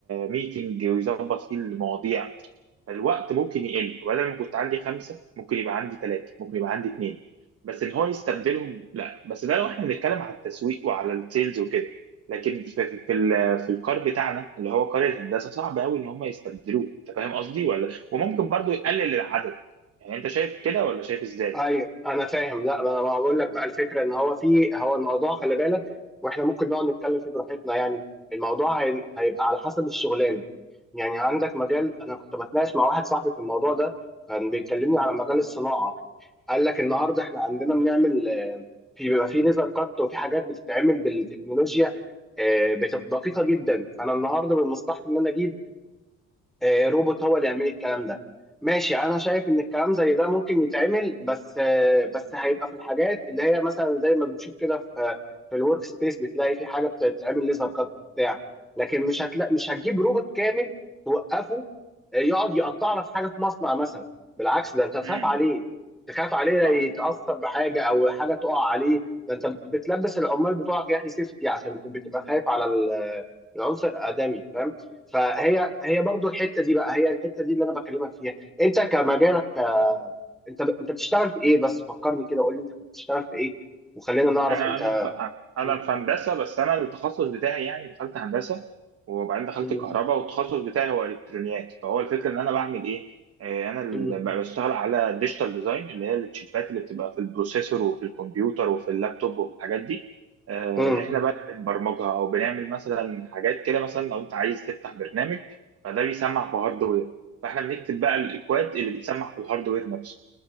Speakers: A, on the right (about 50°); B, in the centre.
A: ميتنج ويظبط فيه المواضيع فالوقت ممكن يقل بدل ما كنت عندي خمسة ممكن يبقى عندي ثلاثة ممكن يبقى عندي اثنين بس ان هو يستبدلهم لا بس ده لو احنا بنتكلم على التسويق وعلى السيلز وكده لكن في في في, ال- في الكار بتاعنا اللي هو كار الهندسة صعب قوي ان هم يستبدلوه انت فاهم قصدي ولا وممكن برضو يقلل العدد يعني انت شايف كده ولا شايف ازاي
B: ايوه انا فاهم لا ما انا بقول لك بقى الفكره ان هو في هو الموضوع خلي بالك واحنا ممكن نقعد نتكلم فيه براحتنا يعني الموضوع هي- هيبقى على حسب الشغلانه يعني عندك مجال انا كنت بتناقش مع واحد صاحبي في الموضوع ده كان بيكلمني على مجال الصناعه قال لك النهارده احنا عندنا بنعمل آه، في بيبقى في ليزر كات وفي حاجات بتتعمل بالتكنولوجيا آه، بتبقى دقيقه جدا فانا النهارده من مصلحتي ان انا اجيب آه، روبوت هو اللي يعمل الكلام ده ماشي انا شايف ان الكلام زي ده ممكن يتعمل بس آه، بس هيبقى في الحاجات اللي هي مثلا زي ما بنشوف كده في في الورك سبيس بتلاقي في حاجه بتتعمل ليزر كات بتاع لكن مش هتلا مش هتجيب روبوت كامل توقفه آه، يقعد يقطع لك حاجه في مصنع مثلا بالعكس ده انت تخاف
A: امم
B: عليه تخاف عليه
A: صح
B: يتاثر بحاجه او حاجه تقع عليه ده انت بت- بتلبس العمال بتوعك يا اخي سيفتي عشان بتبقى خايف على ال- العنصر الادمي فاهم فهي هي برضو الحته دي بقى هي الحته دي اللي انا بكلمك فيها انت كمجالك آه، انت انت بتشتغل في ايه بس فكرني كده قول لي انت بتشتغل في ايه وخلينا نعرف
A: انا
B: انت
A: انا ف... انا
B: مم.
A: في هندسه بس انا التخصص بتاعي يعني دخلت هندسه وبعدين دخلت
B: مم.
A: كهرباء والتخصص بتاعي هو الكترونيات فهو الفكره ان انا بعمل ايه آه، انا اللي
B: مم.
A: ب- بشتغل على ديجيتال ديزاين اللي هي التشيبات اللي بتبقى في البروسيسور وفي الكمبيوتر وفي اللابتوب وفي الحاجات دي آه،
B: مم.
A: احنا بقى اللي بنبرمجها او بنعمل مثلا حاجات كده مثلا لو انت عايز تفتح برنامج فده بيسمع في هاردوير فاحنا بنكتب بقى الاكواد اللي بتسمع في الهاردوير نفسه